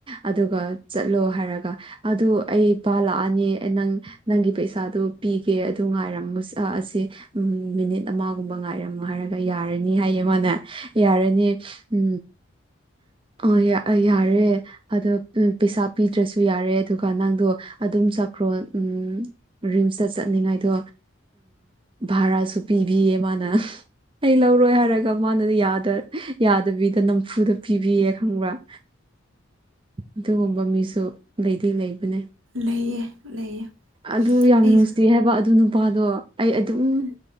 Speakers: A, on the right (about 25°); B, on the right (about 75°).
A: ꯑꯗꯨꯒ ꯆꯠꯂꯣ ꯍꯥꯏꯔꯒ ꯑꯗꯨ ꯑꯩ ꯏꯄꯥ ꯂꯥꯛꯑꯅꯤ ꯅꯪ ꯅꯪꯒꯤ ꯄꯩꯁꯥꯗꯣ ꯄꯤꯒꯦ ꯑꯗꯨ ꯉꯥꯏꯔꯝꯁꯥ ꯁꯦ ꯎꯝ ꯃꯤꯅꯤꯠ ꯑꯃꯒꯨꯝꯕ ꯉꯥꯏꯔꯝꯃꯣ ꯍꯥꯏꯔꯒ ꯌꯥꯔꯅꯤ ꯍꯥꯏꯌꯦ ꯃꯥꯅꯦ ꯌꯥꯔꯅꯤ ꯎꯝ ꯑꯣ ꯌꯥ ꯌꯥꯔꯦ ꯑꯗꯣ ꯄꯩꯁꯥ ꯄꯤꯗ꯭ꯔꯁꯨ ꯌꯥꯔꯦ ꯑꯗꯨꯒ ꯅꯪꯗꯣ ꯑꯗꯨꯝ ꯆꯈ꯭ꯔꯣ ꯎꯝ ꯔꯤꯝꯁꯇ ꯆꯠꯅꯤꯡꯉꯥꯏꯗꯣ ꯚꯥꯔꯥꯁꯨ ꯄꯤꯕꯤꯌꯦ ꯃꯥꯅ ꯑꯩ ꯂꯧꯔꯣꯏ ꯍꯥꯏꯔꯒ ꯃꯥꯅꯗꯤ ꯌꯥꯗꯕꯤꯗ ꯅꯝꯐꯨꯗ ꯄꯤꯕꯤꯌꯦ ꯈꯪꯕ꯭ꯔꯥ ꯑꯗꯨꯒꯨꯝꯕ ꯃꯤꯁꯨ ꯂꯩꯗꯤ ꯂꯩꯕꯅꯦ
B: ꯂꯩꯌꯦ ꯂꯩꯌꯦ
A: ꯑꯗꯨ ꯌꯥꯝ
B: ꯑꯩꯁꯨ
A: ꯅꯨꯡꯁꯤ ꯍꯥꯏꯕ ꯑꯗꯨ ꯅꯨꯄꯥꯗꯣ ꯑꯩ ꯑꯗꯨꯝ
B: ꯎꯝ